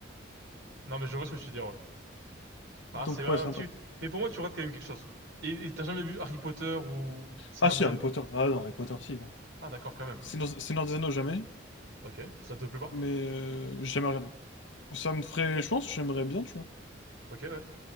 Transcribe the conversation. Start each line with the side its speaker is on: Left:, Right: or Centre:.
Right: Non, mais je vois ce que tu veux dire, ouais. Ah,
Left: Donc
Right: c'est bah,
Left: ouais, ça
Right: tu.
Left: m'a...
Right: Mais pour moi, tu rates quand même quelque chose. Et et t'as jamais vu Harry Potter ou Seigneur
Left: Ah si,
Right: des
Left: Harry
Right: Anneaux?
Left: Potter. Ah non, Harry Potter, si, gros.
Right: Ah, d'accord, quand même.
Left: Seigneur Seigneur des Anneaux, jamais.
Right: Ok, ça te plaît pas?
Left: Mais euh, j'ai jamais regardé. Ça me ferait. Je pense que j'aimerais bien, tu vois.
Right: Ok, ouais.